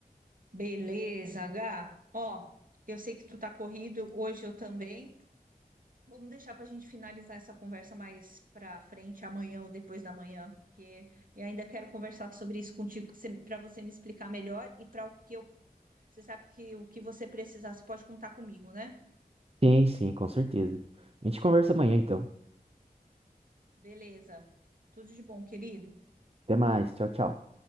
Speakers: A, on the right; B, on the right.
A: Beleza, H. Ó, eu sei que tu tá corrido, hoje eu também. Vamos deixar para a gente finalizar essa conversa mais para frente, amanhã ou depois da manhã, porque eu ainda quero conversar sobre isso contigo, para você me explicar melhor e para o que eu. Você sabe que o que você precisar, você pode contar comigo, né?
B: Sim, sim, com certeza. A gente conversa amanhã, então.
A: Beleza. Tudo de bom, querido.
B: Até mais, tchau, tchau.